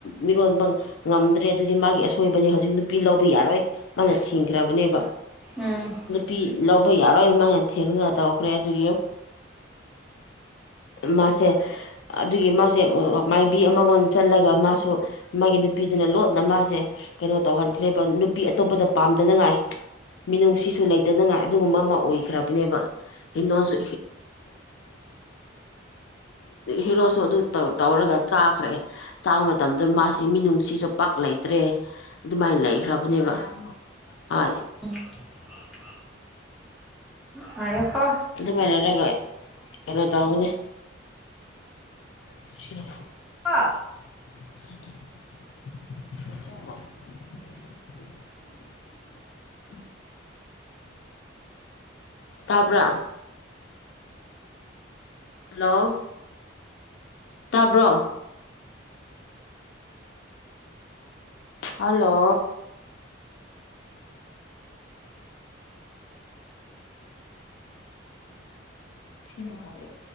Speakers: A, on the left; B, in the centre.
A: ꯃꯤꯔꯣꯟꯕ ꯉꯝꯗ꯭ꯔꯦ ꯑꯗꯨꯗꯤ ꯃꯥꯒꯤ ꯑꯁꯣꯏꯕꯅꯦ ꯍꯧꯖꯤꯛ ꯅꯨꯄꯤ ꯂꯧꯕ ꯌꯥꯔꯣꯏ ꯃꯥꯅ ꯊꯤꯡꯈ꯭ꯔꯕꯅꯦꯕ
B: ꯎꯝ
A: ꯄꯤ ꯂꯧꯕ ꯌꯥꯔꯣꯏ ꯃꯥꯅ ꯊꯦꯝꯒ ꯇꯧꯈ꯭ꯔꯦ ꯑꯗꯨꯒꯤ ꯃꯥꯁꯦ ꯑꯗꯨꯒꯤ ꯃꯥꯁꯦ ꯃꯥꯏꯕꯤ ꯑꯃꯒꯣꯟ ꯆꯜꯂꯒ ꯃꯥꯁꯨ ꯃꯥꯒꯤ ꯅꯨꯄꯤꯗꯨꯅ ꯂꯣꯟꯅ ꯃꯥꯁꯦ ꯀꯩꯅꯣ ꯇꯧꯍꯟꯈ꯭ꯔꯦꯕ ꯅꯨꯄꯤ ꯑꯇꯣꯞꯄꯗ ꯄꯥꯝꯗꯅꯉꯥꯏ ꯃꯤꯅꯨꯡꯁꯤꯁꯨ ꯂꯩꯇꯅꯉꯥꯏ ꯑꯗꯨꯒꯨꯝꯕ ꯑꯃ ꯑꯣꯏꯈ꯭ꯔꯕꯅꯦꯕ ꯍꯤꯟꯗꯣꯟꯁꯨꯣ ꯍꯦꯔꯣꯁꯨ ꯑꯗꯨ ꯇꯧꯔ ꯔꯒ ꯆꯥꯈ꯭ꯔꯦ ꯆꯥꯕ ꯃꯇꯝꯗ ꯃꯥꯁꯤ ꯃꯤꯅꯨꯡꯁꯤꯁꯨ ꯄꯥꯛ ꯂꯩꯇ꯭ꯔꯦ ꯑꯗꯨꯃꯥꯏꯅ ꯂꯩꯈ꯭ꯔꯕ ꯅꯦꯕ ꯍ <inaudible>
B: <inaudible> ꯃ <inaudible> <unintelligible>
A: ꯑꯗꯨꯃꯥꯏꯅꯔꯒ ꯀꯩꯅꯣ ꯇꯧꯒꯅꯤ ꯁꯤꯔ
B: ꯋꯥ
A: ꯆ ꯎ ꯇꯕ ꯍꯜꯂꯣ ꯇꯥꯕ꯭ꯔꯣ ꯍꯂꯣ ꯆꯤꯟ ꯍꯦ